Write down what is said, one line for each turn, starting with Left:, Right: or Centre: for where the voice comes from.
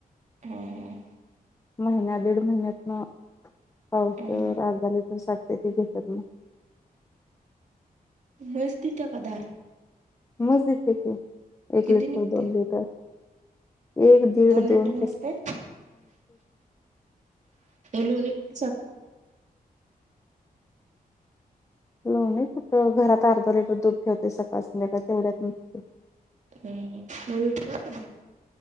Right: हम्म हम्म
Left: महिन्या दीड महिन्यातन पावसर
Right: हा हा
Left: सते घशण
Right: मस्तीित काधार
Left: मस्जद आहे क एक लिटर
Right: निघते
Left: दोन लिटर एक दीड दोन
Right: लिटर निघते
Left: कस
Right: लणीते
Left: ल नाही कुठं घरात अर्धा लिटर दूध ठेवतेय सकाळ संध्याकाळ तेवढ्यात नसते
Right: हम्म म ठक